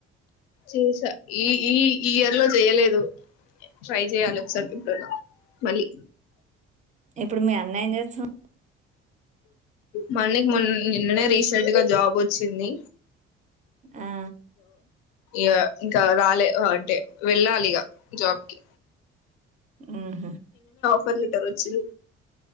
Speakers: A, on the left (about 60°); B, on the right (about 20°).
A: చేసా ఈ ఈ ఈ ఇయర్ లో చేయలేదు ట్రై చేయాలి ఒకసారి ఇప్పుడున్న మళ్ళీ
B: ఇప్పుడు మీ అన్యం చేస్తాం
A: మన్నకి మొ నిన్ననే రీసెంట్గా జాబ్ వచ్చింది
B: ఆ
A: ఇక ఇంకా రాలే అంటే వెళ్ళాలి ఇక జాబ్కి
B: ఆహ
A: పంటారు వచ్చిన్